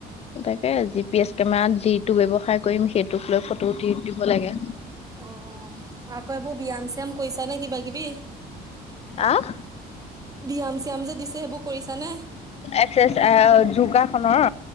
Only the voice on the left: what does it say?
তাকে জি পি এছ কেমেৰাত যিটো ব্যৱসায় কৰিম সেইটোক লৈ ফটো উঠি দিব লাগে।
আহ?
এক্সাৰচাই যোগাসনৰ